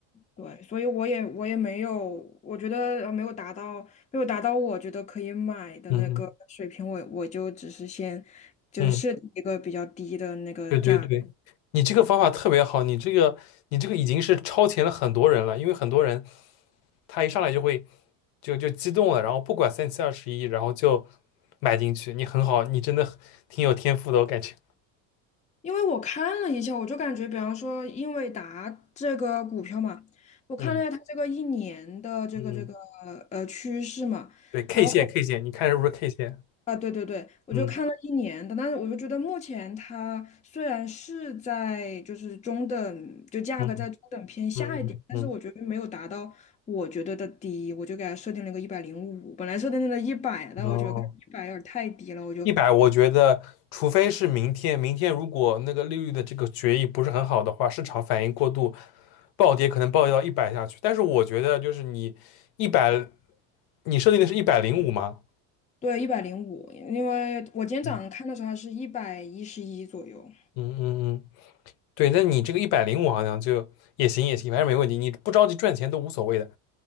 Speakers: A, on the left; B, on the left.
A: 对，所以我也我也没有，我觉得呃没有达到没有达到我觉得可以买的那个水平，
B: 嗯嗯
A: 我我就只是先就是设定一个比较低的那个价格，
B: 嗯，对对对。你这个方法特别好，你这个你这个已经是超前了很多人了，因为很多人他一上来就会就就激动了，然后不管三七二十一，然后就买进去。你很好，你真的很挺有天赋的，我感觉。
A: 因为我看了一下，我就感觉，比方说英伟达这个股票嘛，我看了一下它这个一年的这个这个
B: 嗯嗯，
A: 呃趋势嘛，
B: 对，K
A: 然后。
B: 线 K 线，你看是不是 K 线？
A: 啊，对对对，我就看了一年的，
B: 嗯
A: 但是我就觉得目前它虽然是在就是中等，就价格在中等偏下一点，
B: 嗯嗯嗯
A: 但是我觉得没有达到我觉得的低，我就给它设定了个一百零五，本来设定的一百，但我觉得一百有点太低了，
B: 嗯，哦，
A: 我就
B: 一百，我觉得除非是明天，明天如果那个利率的这个决议不是很好的话，市场反应过度，暴跌可能暴跌到一百下去。但是我觉得就是你一百，你设定的是一百零五吗？
A: 对一百零五，一百零五因为我今天早上看的时候它是一百一十一左右。
B: 嗯嗯嗯嗯对，那你这个一百零五好像就也行也行，反正没问题，你不着急赚钱都无所谓的。